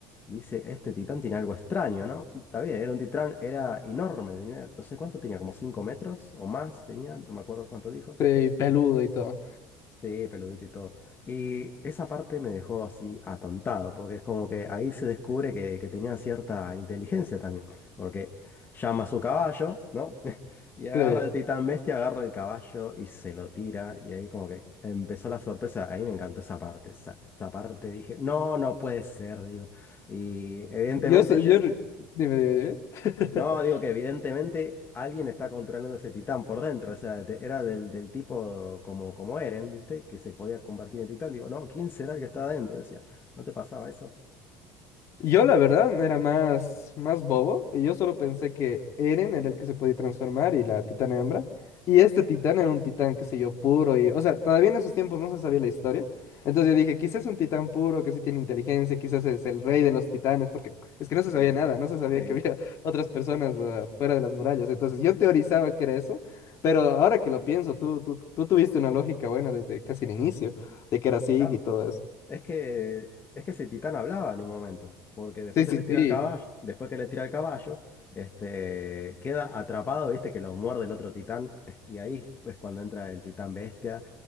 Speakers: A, on the left; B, on the left.
A: dice, este titán tiene algo extraño, ¿no? Está bien, era un titán, era enorme, tenía, no sé cuánto tenía, como 5 metros o más, tenía, no me acuerdo cuánto dijo.
B: sí, peludo y todo.
A: Sí, peludito y todo. Y esa parte me dejó así atontado, porque es como que ahí se descubre que, que tenía cierta inteligencia también, porque llama a su caballo, ¿no? <laughs> Y agarra
B: Sí.
A: el titán bestia, agarra el caballo y se lo tira, y ahí como que empezó la sorpresa, ahí me encantó esa parte, esa, esa parte dije, no, no puede ser, digo. Y evidentemente
B: Yo, so-
A: yo,
B: yo, dime, dime, dime.
A: no,
B: <laughs>
A: digo que evidentemente alguien está controlando ese titán por dentro. O sea, de- era del, del tipo como, como Eren, ¿viste? Que se podía convertir en titán. Digo, no, ¿quién será el que está adentro? Decía, ¿no te pasaba eso?
B: Yo la verdad era más, más bobo y yo solo pensé que Eren era el que se podía transformar y la titana
A: Mm,
B: hembra. Y este titán era un titán, qué sé yo, puro y, o sea, todavía en esos tiempos no se sabía la historia. Entonces
A: mm,
B: yo dije, quizás es un titán puro que sí tiene inteligencia, quizás es el rey de los titanes, porque es que no se sabía
A: ujú.
B: nada, no se sabía
A: Sí,
B: que había <laughs> otras personas eh, fuera de las murallas. Entonces yo teorizaba que era eso, pero
A: ujú,
B: ahora que lo pienso, tú, tú, tú tuviste una lógica buena desde casi el inicio, de que era Zig
A: claro.
B: y todo eso.
A: Es que, es que ese titán hablaba en un momento, porque después
B: Sí,
A: que
B: sí,
A: le tira
B: sí.
A: el caballo, después que le tira el caballo, este, queda atrapado, viste que lo muerde el otro titán, y ahí es cuando entra el titán bestia